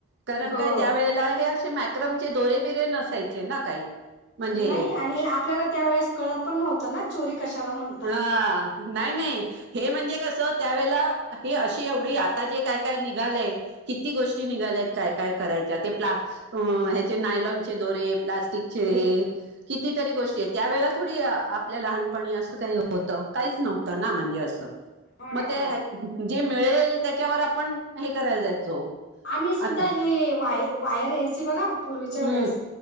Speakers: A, on the right; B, on the left.
A: कारण
B: हो
A: काय त्यावेेळेला हे असे मॅक्रम चे दोरे बिरे नसायचे ना काही. म्हणजे
B: नाही
A: हे
B: आणि आपल्याला त्यावेेळेस कळत पण नव्हतं ना चोरी कशाला म्हणतात.
A: अ नाही नाही हे म्हणजे कसं त्यावेेळेला हे अशी एवढी आता जे काय काय निघालय. ''किती गोष्टी निघाल्यात काय काय करायच्या ते प्ला ह्याचे नायलॉनचे दोरे प्लास्टिकचे हे कितीतरी गोष्टी आहे त्यावेेळेला, थोडी आपल्या लहानपणी असं का होत काहीच नव्हत ना म्हणजे अस
B: हो
A: मग,
B: ना
A: ते
B: हो ना
A: जे मिळेल त्याच्यावर आपण हे करायला जायचो.
B: ''आम्ही सुद्धा
A: आता
B: हे वाय वायर यायची बघा पूर्वीच्या
A: हं.
B: वेळेस